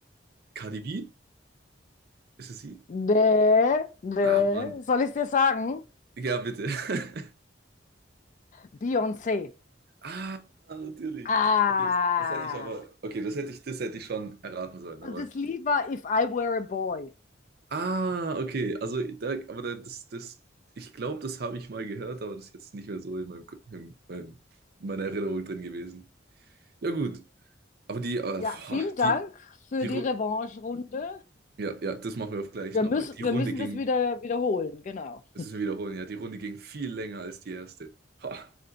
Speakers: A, on the right; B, on the left.
A: Cardi B? Ist es
B: <laughs>
A: sie?
B: nee, nee,
A: Ah, Mann.
B: soll ich dir sagen?
A: Ja, bitte. <laughs>
B: Beyoncé.
A: Ah, natürlich.
B: Ah.
A: Okay, das, das hätte ich aber, okay, das hätte ich, das hätte ich schon erraten sollen,
B: Und
A: aber,
B: das Lied war If I Were a Boy.
A: ah, okay, also, da, aber da- das, das, ich glaube, das habe ich mal gehört, aber das ist jetzt nicht mehr so in meinem, Ko- in meinem, in meiner Erinnerung drin gewesen. Ja, gut, aber die, äh,
B: Ja, vielen
A: boah,
B: Dank
A: die,
B: für
A: die,
B: die
A: Ru-
B: Revanche-Runde.
A: Ja, ja, das machen wir auf gleich
B: Wir
A: nochmal.
B: müssen,
A: Die Runde
B: wir müssen
A: ging,
B: das wieder wiederholen, genau.
A: das ist wir wiederholen, ja, die Runde ging viel länger als die erste. Ha.